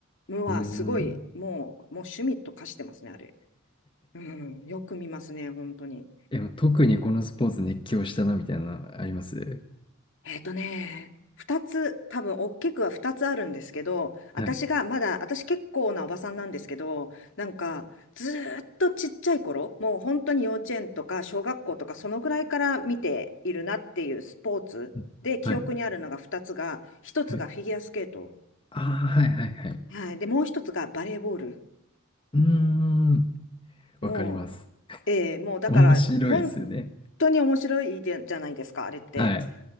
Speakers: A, on the left; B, on the left.
A: のはすごい、
B: うん。
A: もう、もう趣味と化してますね、あれ。うん、よく見ますね、本当に。
B: え、特にこのスポーツ熱狂したなみたいなのあります
A: えっとね、二つ、多分大きくは二つあるんですけど、私がまだ、
B: はい。
A: 私結構なおばさんなんですけど、なんか、ずーっとちっちゃい頃、もう本当に幼稚園とか小学校とか、そのぐらいから見ているなっていうスポーツで、
B: うんはい。
A: 記憶にあるのが二つが、一つがフィギュアスケート。
B: はい。ああ、はいはいはい。
A: はい。で、もう一つがバレーボール。
B: うーん。
A: も
B: わかります。
A: う、ええもうだから、
B: 面白いですよね。
A: 本当に面白いでじゃないですか、あれって。
B: はい。